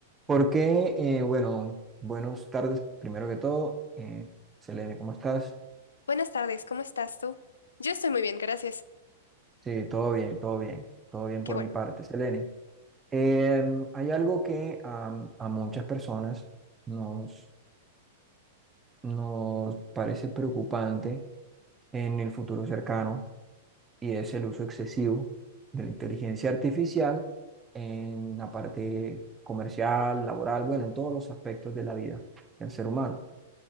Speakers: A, on the right; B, on the left.
A: Porque, eh, bueno, buenas tardes, primero que todo. Eh, Selene, ¿cómo estás?
B: Buenas tardes, ¿cómo estás tú? Yo estoy muy bien, gracias.
A: Sí, todo bien, todo bien, todo bien
B: Qué
A: por
B: bueno.
A: mi parte, Selene. Em, hay algo que am, a, muchas personas nos, nos parece preocupante en el futuro cercano y es el uso excesivo de la inteligencia artificial en la parte comercial, laboral, bueno, en todos los aspectos de la vida del ser humano.